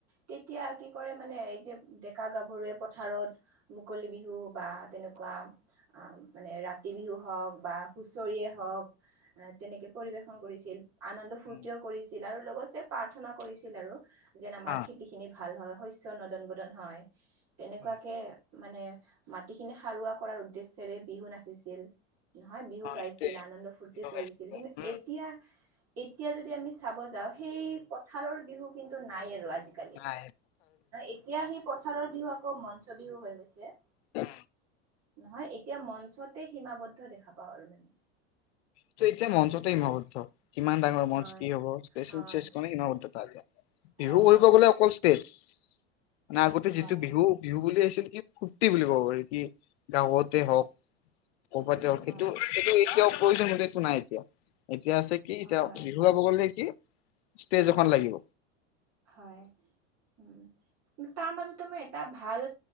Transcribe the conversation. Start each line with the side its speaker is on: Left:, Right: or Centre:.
Right: তেতিয়া কি কৰে মানে এই যে ডেকা, গাভৰুৱে, পথাৰত মুকলি বিহু বা তেনেকুৱা মানে ৰাতি বিহু হওক বা হুঁচৰিয়েই হওক আহ তেনেকে পৰিবেশন কৰিছিল আনন্দ ফূুৰ্তিও
Left: উম,
Right: কৰিছিল আৰু লগতে প্ৰাৰ্থনা কৰিছিল আৰু যেন আমাৰ
Left: অ',
Right: খেতি খিনি ভাল হয় শস্য নদন বদন হয় তেনেকুৱাকে
Left: উম,
Right: মানে মাটিখিনি সাৰুৱা কৰাৰ উদ্দেশ্যেৰে বিহু নাচিছিল নহয় বিহু
Left: অ',
Right: গাইছিল
Left: সেইটোৱে
Right: আনন্দ ফূুৰ্তি
Left: বিহু
Right: কৰিছিল
Left: গাইছিলোঁ
Right: কিন্তু
Left: উম।
Right: এতিয়া এতিয়া যদি আমি চাব যাওঁ সেই পথাৰৰ বিহু কিন্তু নাই আৰু আজিকালি।
Left: হয়।
Right: এতিয়া সেই পথাৰৰ বিহু আকৌ মঞ্চ বিহু হৈ গৈছে।
Left: অ'
Right: নহয় এতিয়া মঞ্চতে সীমাবদ্ধ দেখা পাওঁ আৰু মানে।
Left: ত এই যেয়া মঞ্চতই হিমাবদ্ধ। কিমান ডাঙৰ
Right: হয়।
Left: মঞ্চত কি হব সমান
Right: হয়
Left: প যায়
Right: হয়
Left: বিহু
Right: হয়
Left: কৰিব গলে অকল তেজ মানে আগতে
Right: হয়
Left: যিটো বিহু বিহু বুলি আছিল কি ফূুৰ্তি বুলি ক'ব পাৰি কি গাঁৱতে হওক ক'বাতে হক
Right: হয়
Left: সেইটো সেইটো এতিয়াও প্ৰয়োজনীয়ত একো নাই এতিয়াও, এতিয়া আছে কি
Right: হয়
Left: এতিয়া
Right: হয়
Left: বিহু- ক'ব গলে কি? ষ্টেজ এখন লাগিব।
Right: হয়, উম। তাৰ মাজতো মই এটা ভাল